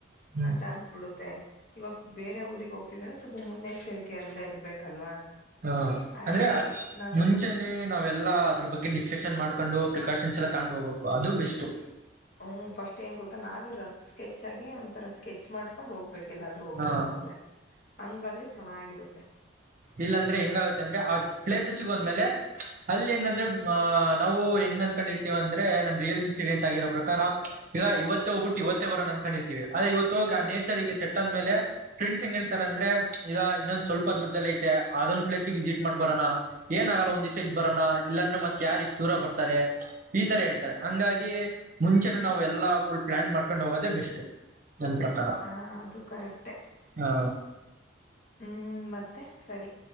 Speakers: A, on the right; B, on the left.
A: ಹ್ಮ್
B: ಅಂತ ಅನ್ಸ್ಬಿಡುತ್ತೆ. ಇವಾಗ ಬೇರೆ ಊರಿಗೆಗ್ ಹೋಗ್ತಿದ್ರೆ ಸ್ವಲ್ಪ ಮುನ್ನೆಚ್ಚರಿಕೆೆಯಿಂದ ಇರ್ಬೇಕಲ್ವಾ.
A: ಹಾ
B: ಅದಿಕ್ಕೆ
A: ಅಂದ್ರೆ
B: ನಾವ್
A: ಮುಂಚೆಾನನೆ. ನಾವೆಲ್ಲ ಅದ್ರ ಬಗ್ಗೆ ಡಿಸ್ಕಶನ್ ಮಾಡ್ಕೊಂಡು ಪ್ರಿಕಾಷನ್ಸ್ ಎಲ್ಲ ತಂಡು ಹೋಗ್ಬೇಕು ಅದು ಬೆಸ್ಟ್.
B: ಹ್ಮ ಫಸ್ಟ್ ಏನ್ ಗೊತ್ತಾ ನಾವೇ ರಫ್ ಸ್ಕೆಚ್ ಆಗಿ ಒಂಥರ ಸ್ಕೆಚ್ ಮಾಡ್ಕೊಂಡ್ ಹೋಗ್ ಹೋಗಬೇಕ ಎಲ್ಲಾದ್ರೂ ಹೋಗ್ಬೇಕು
A: ಹ
B: ಅಂದ್ರೆ ಹಂಗಾದ್ರೆ ಚೆನ್ನಾಗಿರುತ್ತೆ.
A: ಇಲ್ಲಾ ಅಂದ್ರೆ ಹೆಂಗಾಗುತ್ತೆ ಅಂದ್ರೆ ಆ ಪ್ಲೇಸಸ್ ಸಿಗೋಂದ್ಮೇಲೆ. ಅಲ್ಲಿ ಹೆಂಗಂದ್ರಹ ನಾವು ಹೆಂಗ್ ಅನ್ಕೊಂಡಿರ್ತೀವಿ ಅಂದ್ರೆ ನನ್ ರಿಯಲ್ ಇನ್ಸಿಡೆಂಟ್ ಆಗಿರೋ ಪ್ರಕಾರ, ಈಗ ಇವತ್ತ ಹೋಗ್ಬಿಟ್ಟು ಇವತ್ತೇ ಬರೋ ಅನ್ಕೊಂಡಿರ್ತೀವಿ ಆದ್ರೆ ಇವತ್ತು ಹೋಗ ಆ ನೇಚರ್ಗೆ ಸೆಟ್ ಅಂದ ಮೇಲೆ ಫ್ರೆಂಡ್ಸ್ ಹೆಂಗ ಹೇಳ್ತಾರೆ ಅಂದ್ರೆ ಈಗ ಇನ್ನೊಂದು ಸ್ವಲ್ಪ ದೂರದಲ್ಲಿ. ಮತ್ತೆ ಅದೊಂದ್ ಪ್ಲೇಸಿಗೆ ವಿಸಿಟ್ ಮಾಡ್ ಬರೋಣ ಏನಾಗಗಲ್ಲ ಒಂದ್ಿವ್ಸ ಇದ್ ಬರಾನ ಇಲ್ಲಾಂದ್ರೆ ಮತ್ತ ಯಾರ ಇಷ್ಟು ದೂರ ಬರ್ತಾರೆ ಈ ತರ ಹೇಳ್ತಾರೆ ಹಂಗಾಗಿ ಮುಂಚೆನೆ ನಾವ್ ಎಲ್ಲಾ ಫುಲ್ ಪ್ಲಾನ್ ಮಾಡ್ಕೊಂಡ್ ಹೋಗೋದೇ ಬೆಸ್ಟ್. ನನ್ ಪ್ರಕಾರ
B: ಆ ಅದು ಕರೆಕ್ಟೆ
A: ಹಾ.
B: ಹ್ಮ್ ಮತ್ತೆ ಸರಿ.